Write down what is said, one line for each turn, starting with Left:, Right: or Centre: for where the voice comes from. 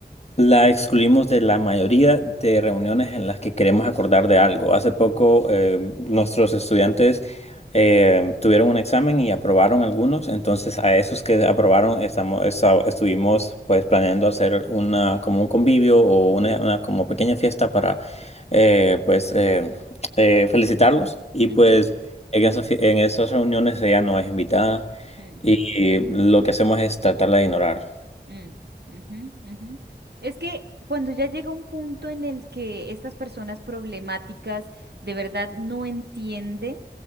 Left: La excluimos de la mayoría de reuniones en las que queremos acordar de algo. Hace poco eh, nuestros estudiantes eh, tuvieron un examen y aprobaron algunos, entonces a esos que aprobaron estamos, esta- estuvimos pues planeando hacer una como un convivio o una, una como pequeña fiesta para eh, pues eh, eh, felicitarlos y
Right: ujú,
Left: pues en esas fie- en esas reuniones ella no es invitada
Right: mm.
Left: y lo que hacemos es tratarla de ignorar.
Right: Mm, ujú, ujú. Es que cuando ya llega un punto en el que estas personas problemáticas de verdad no entienden